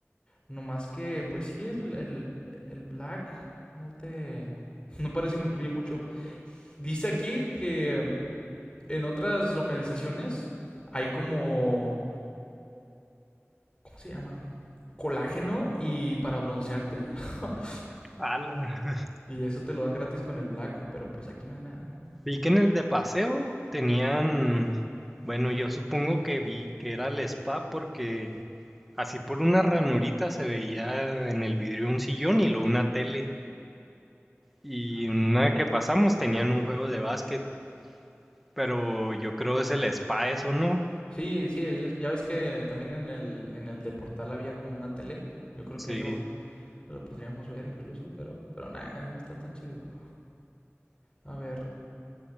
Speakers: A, on the left; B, in the centre.
A: No más que, pues sí, el, el, el Black no te... <laughs> No parece que incluye mucho. Dice aquí que en otras localizaciones hay como... ¿Cómo se llama? Colágeno y para broncearte. <laughs>
B: Ala. <laughs>
A: y eso te lo dan gratis con el black, pero pues aquí no hay nada.
B: Vi que en el de paseo tenían, bueno, yo supongo que vi que era el spa porque así por una ranurita se veía en el vidrio un sillón y luego una tele. Y
A: Ah.
B: una que pasamos tenían un juego de básquet, pero yo creo es el spa eso, ¿no?
A: Sí, sí, ahí les- ya ves que también en el, en el de Portal había como una tele. Yo creo
B: Sí.
A: que ahí lo, lo podríamos ver incluso, pero, pero nada, ahí no está tan chido. A ver,